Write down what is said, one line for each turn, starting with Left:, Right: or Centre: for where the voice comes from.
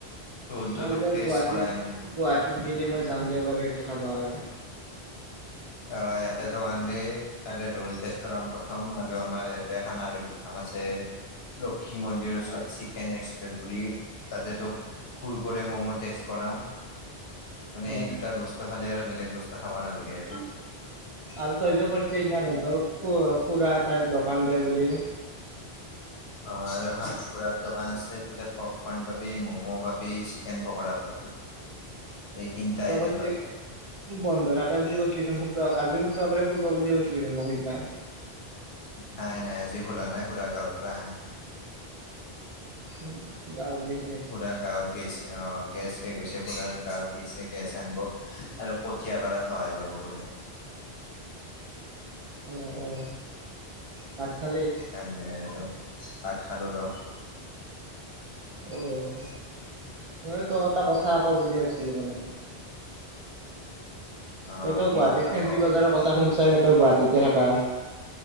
Left: হলটো
Right: মই
Left: তোক
Right: যে
Left: টেষ্ট
Right: গুৱাহাটীত
Left: কৰাই আনিম।
Right: গুৱাহাটীত গেলি মই যামদে বাৰু সেইটো খাবা কাৰণে
Left: অ ইয়াতে দোকান‌ দে, তাৰে ৰল চেট কৰাম প্ৰথম ভাত আৰু আমাৰ ইয়াতে খানা‌ ৰুটি আগ আছে, লক্ষী মন্দিৰৰ ওচৰত চিকেন এক্সপ্ৰেছ বুলি তাতে তোক কুৰকুৰি, মম তেজ কৰাম। মানে
Right: অ
Left: এই দুটা বস্তু খালে আৰু বেলেগ বস্তু খাব নালাগে, এইটো
Right: আৰু তই যে কৈছিলি সেইদিনা তহতৰ, খু খুড়া এটাই দোকান দে বুলি
Left: অ এখন ফুৰাৰ দোকান আছে, তাতে পপকৰ্ন পাবি, মমো পাবি, চিকেন পকৰা পাবি এই তিনটা
Right: তই
Left: আইটেম
Right: কৈছিলি
Left: পাবি তাত
Right: বন্ধ থাকে বুলি কৈছিলি চোন শুক্ৰ আজি শুক্ৰবাৰে খুলব বুলি কৈছিলিচোন মোক সেদিনা।
Left: নাই নাই আজি খুলা নাই, খুৰা গাঁৱৰ পৰা অহা
Right: উম গাঁৱত দিছ
Left: খুৰাৰ গাঁৱত গৈছে অহ, গেছ শেষ গৈছে খুৰাৰ গাঁৱত গৈছে গেছ আনব আৰু কঠীয়া পাৰাত সহায় কৰিব বোলে
Right: উম, উম ভাত খালি?
Left: সেইকাৰণে আৰু ভাত খালো ৰহ
Right: অহ, মই তই এটা কথা ক বুলি আছিলো মানে।
Left: অ
Right: তই তহ
Left: কি
Right: গুৱাহাটীত
Left: কথা
Right: ফেঞ্চি
Left: ক
Right: বজাৰৰ কথা শুনচা, তই গুৱাহাটীতে থাকা